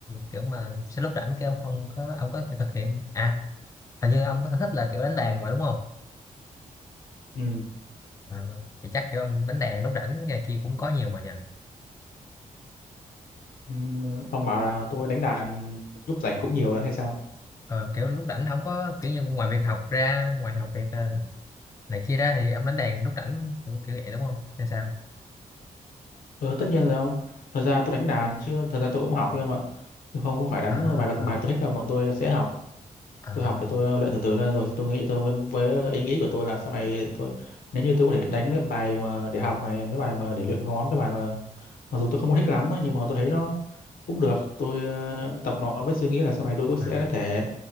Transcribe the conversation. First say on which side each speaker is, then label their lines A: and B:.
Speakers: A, on the left (about 25°); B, on the left (about 85°).
A: kiểu mà sẽ lúc rảnh kêu không có ông có thực hiện à hình như ông có sở thích là kiểu đánh đàn mà đúng không
B: ừ.
A: à, thì chắc kiểu ông đánh đàn lúc rảnh cái này kia cũng có nhiều mà nhỉ
B: ừ, ông bảo là tôi đánh đàn lúc rảnh cũng nhiều là hay sao
A: Ờ, kiểu lúc rảnh không có kiểu như ngoài việc học ra ngoài học việc ờ, này kia ra thì ông đánh đàn lúc rảnh kiểu, kiểu vậy đúng không hay sao
B: ừ, tất nhiên rồi ông thật ra tôi đánh đàn chứ thật ra tôi cũng học với ông ạ tôi không có phải đánh
A: à,
B: bài bài tôi thích đâu mà tôi sẽ học
A: à,
B: tôi học để tôi ờ, luyện từ từ lên rồi tôi nghĩ tôi với, với ờ, ý nghĩ của tôi là sau này tôi nếu như tôi có thể đánh mấy bài mà để học này mấy bài mà để luyện ngón mấy bài mà mặc dù tôi không có thích lắm á, nhưng mà tôi thấy nó cũng được tôi ờ, tập nó với suy nghĩ là sau này tôi cũng sẽ
A: à,
B: thể